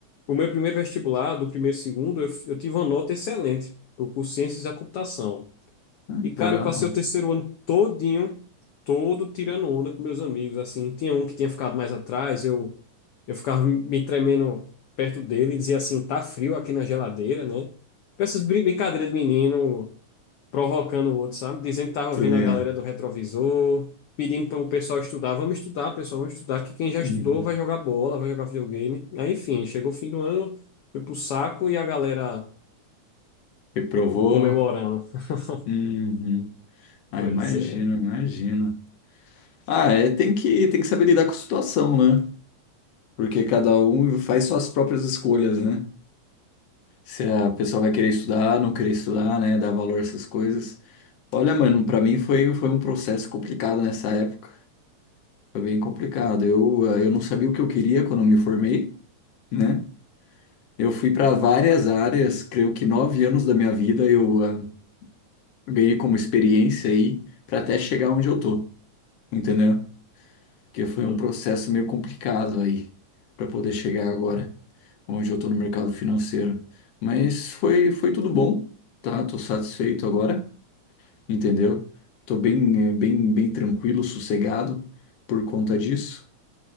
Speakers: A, on the left; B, on the left.
A: o meu primeiro vestibular, do primeiro e segundo, eu, eu tive uma nota excelente, para o curso Ciências da Computação.
B: ah,
A: E, cara,
B: que legal.
A: eu passei o terceiro ano todinho, todo tirando onda com meus amigos, assim. Tinha um que tinha ficado mais atrás, eu, eu ficava me tremendo perto dele e dizia assim, tá frio aqui na geladeira, né? Com essas brin- brincadeiras de menino, provocando o outro, sabe? Dizendo que tava
B: Tu
A: vendo a
B: ia-
A: galera do retrovisor, pedindo para o pessoal estudar. Vamos estudar, pessoal, vamos estudar, que quem já
B: Uhum.
A: estudou vai jogar bola, vai jogar videogame. Aí, enfim, chegou o fim do ano, foi pro saco e a galera
B: Reprovou.
A: comemorando. <laughs>
B: Uhum. Ah,
A: Pois
B: imagina,
A: é.
B: imagina. Ah, é, tem que, tem que saber lidar com a situação, né? Porque cada um faz suas próprias escolhas, né? Se a pessoa vai querer estudar, não querer estudar, né? Dar valor a essas coisas. Olha, mano, pra mim foi, foi um processo complicado nessa época. Foi bem complicado. Eu, eh, eu não sabia o que eu queria quando eu me formei, né? Eu fui para várias áreas, creio que nove anos da minha vida eu eh, ganhei como experiência aí para até chegar onde eu tô, entendeu? Porque foi
A: Hum,
B: um processo meio complicado aí para poder chegar agora onde eu tô no mercado financeiro. Mas foi, foi tudo bom, tá? Tô satisfeito agora, entendeu? Tô bem, eh, bem, bem tranquilo, sossegado por conta disso.